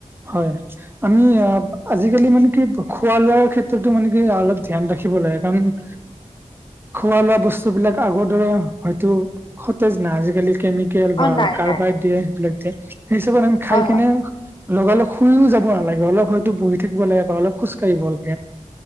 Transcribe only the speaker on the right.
হয়ঁ। আমি অঁ, আজিকালি মানে কি খোৱা লোৱাৰ ক্ষেত্ৰতো মানে কি অলপ ধ্যান ৰাখিব লাগে কাৰণ- খোৱা লোৱা বস্তু বিলাক আগৰ দৰে হয়তো- সতেজ নাই আজিকালি কেমিকেল
বা
কাৰ্বাইড
দিয়ে সেই হিচাপত আমি খাই
কেনে।
লগালগ শুইও যাব নালাগে অলপ হয়তো বহি থাকিব লাগে বা অলপ খোজকাঢ়িব-